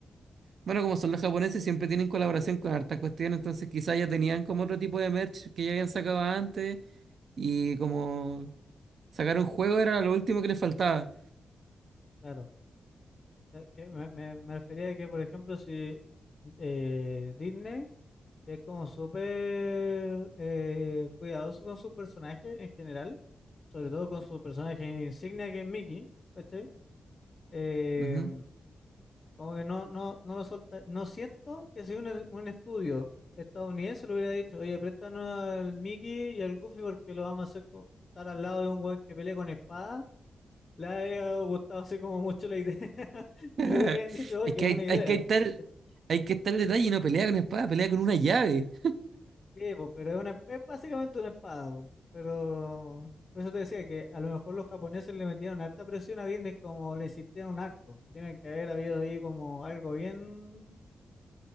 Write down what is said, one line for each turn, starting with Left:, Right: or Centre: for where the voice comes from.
Right: bueno, como son los japoneses, siempre tienen colaboración con hartas cuestiones, entonces quizá ya tenían como otro tipo de merch que ya habían sacado antes y como sacar un juego era lo último que les faltaba.
Left: claro. Eh, que me, me, me refería a que, por ejemplo, si eh, Disney, que es como súper eh, cuidadoso con su personaje en general, sobre todo con su personaje insignia que es Mickey, ¿cachai? Eh,
Right: Ujú.
Left: Como que no, no, no lo solta. No siento que si un, un estudio estadounidense le hubiera dicho, oye, préstanos al Mickey y al Goofy porque lo vamos a hacer co- estar al lado de un weón que pelea con espada, le haya gustado así como mucho la idea. <laughs>
Right: <laughs>
Left: No creo que hayan dicho, oye,
Right: Es
Left: qué
Right: que
Left: buena
Right: hay,
Left: idea.
Right: hay que estar,
Left: Eh,
Right: hay que estar detalle y no pelea con espada, pelea con una llave.
Left: Sí, po, pero es, una, es básicamente una espada, po. Pero por eso te decía que a lo mejor los japoneses le metieron harta presión a Disney como le insistieron harto. Tiene que haber habido ahí como algo bien.